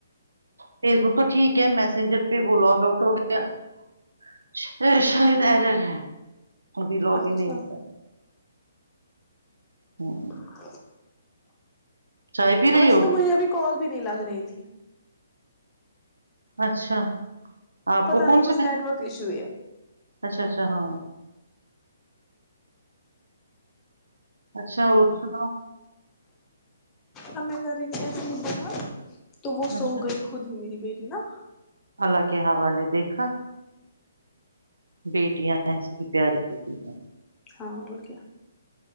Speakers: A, on the right; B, on the left.
A: فیس بک تو ٹھیک ہے میسینجر پہ وہ لاگ آؤٹ ہو گیا شاید ارر ہے ا بھی لوگ
B: اچھا
A: ہی نہیں ہوتا ہوں
B: <inaudible>
A: چائے پی رہی
B: میںس
A: ہو
B: تو مجھے ابھی کال نہیں لگ رہی تھی
A: اچھا آپ
B: پتا
A: کو کون
B: نہیں کچھ
A: سا
B: نیٹ ورک ایشو ہے
A: اچھا اچھا ہاں اچھا اور سناؤ
B: ہمم کر کیا س با تو وہ سو
A: اچھا
B: گئی خود ہی میری بیٹی ت نا
A: اللہ کے حوالے دیکھا بیٹیاں ای پیاری ہوتی ہے
B: ہاں اور کیا